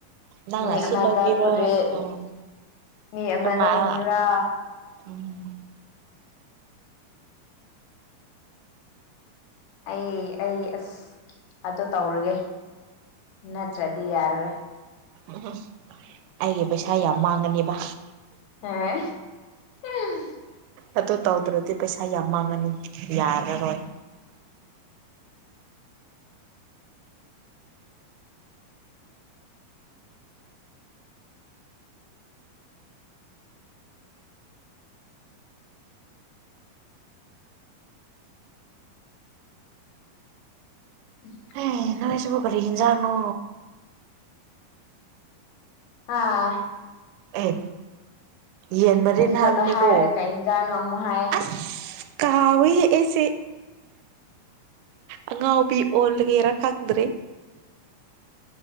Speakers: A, on the right; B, on the left.
A: ꯅꯪꯅ
B: ꯃꯤ
A: ꯑꯁꯤ
B: ꯑꯃꯗ
A: ꯂꯧꯕꯤꯔꯣ
B: ꯐꯨꯔꯤꯠ
A: ꯎꯝ
B: ꯃꯤ
A: ꯑꯗꯨꯃꯥꯏꯅ
B: ꯑꯃꯗ ꯍꯨꯝꯒ꯭ꯔꯥꯎ
A: ꯎꯝ
B: ꯑꯩ ꯑꯩ ꯑꯁ ꯑꯗꯨ ꯇꯧꯔꯒꯦ ꯅꯠꯇ꯭ꯔꯗꯤ ꯌꯥꯔꯔꯣꯏ
A: ꯎꯝ ꯎꯝ ꯑꯩꯒꯤ ꯄꯩꯁꯥ ꯌꯥꯝ ꯃꯥꯡꯒꯅꯦꯕꯥ
B: ꯍꯥ <unintelligible>
A: ꯑꯗꯨ ꯇꯧꯗ꯭ꯔꯗꯤ ꯄꯩꯁꯥ ꯌꯥꯝ ꯃꯥꯡꯉꯅꯤ ꯌꯥꯔꯔꯣꯏ
B: ꯎꯝ <inaudible>
A: ꯍꯩ ꯅꯣꯏꯁꯤꯕꯨ ꯀꯔꯤ‌ ꯍꯤꯟꯖꯥꯡꯅꯣ
B: ꯍꯥꯥ
A: ꯑꯦ ꯌꯦꯟ ꯃꯔꯤꯟ
B: ꯍꯧꯖꯤꯛ
A: ꯍꯥꯏꯕꯅꯦꯀꯣ
B: ꯈꯛꯇ ꯍꯥꯏꯔꯒ ꯀꯩ ꯍꯤꯟꯖꯥꯡꯅꯣ ꯑꯃꯨꯛ ꯍꯥꯏ
A: ꯑꯁ ꯀꯥꯎꯏ ꯑꯩꯁꯦ ꯑꯉꯥꯎꯕꯤ ꯑꯣꯂꯒꯦꯔꯥ ꯈꯪꯗ꯭ꯔꯦ